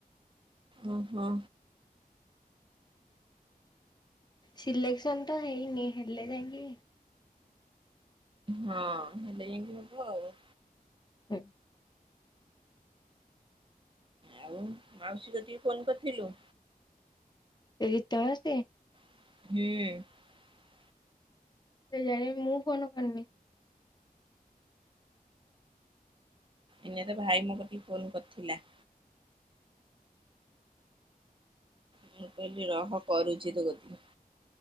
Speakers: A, on the right; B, on the left.
A: ଅ ହଁ।
B: ସିଲେକ୍ସନ ତ ହେଇନି ହେଲେ ଯାଇକି
A: ହଁ ହେଲେ ଯାଇକି ହବ ଆଉ।
B: ହୁଁ।
A: ଆଉ ମାଉସୀ କତିକୁ ଫୋନ କରିଥିଲୁ।
B: ଏଇ ତାସେ।
A: ହୁଁ।
B: କେଜାଣି ମୁଁ ଫନ କରନି।
A: ଏଇନେତ ତ ଭାଇ ମୋ କତିକି ଫୋନ କରିଥିଲା। ମୁଁ କହିଲି ରହ କରୁଛି ତୋ କତିକି।